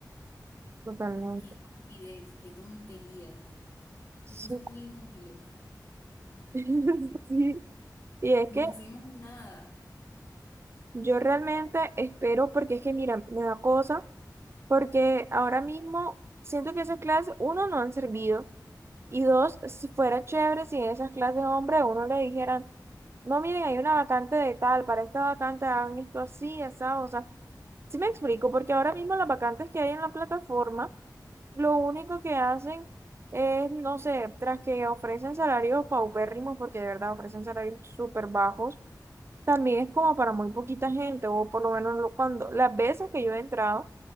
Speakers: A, on the right (about 35°); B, on the left (about 40°).
A: totalmente.
B: qué estupidez, qué tontería.
A: Sí.
B: Es que son muy inútiles.
A: <laughs> Sí. Y es
B: No
A: que...
B: hacemos nada.
A: Yo realmente espero, porque es que, mira, me da cosa, porque ahora mismo siento que esas clases, uno, no han servido, y dos, si fuera chévere si en esas clases, hombre, a uno le dijeran, no, miren, hay una vacante de tal, para esta vacante hagan esto así, esa, o sea, sí me explico, porque ahora mismo las vacantes que hay en la plataforma, lo único que hacen es, no sé, tras que ofrecen salarios paupérrimos, porque de verdad ofrecen salarios súper bajos también es como para muy poquita gente, o por lo menos lo- cuando las veces que yo he entrado,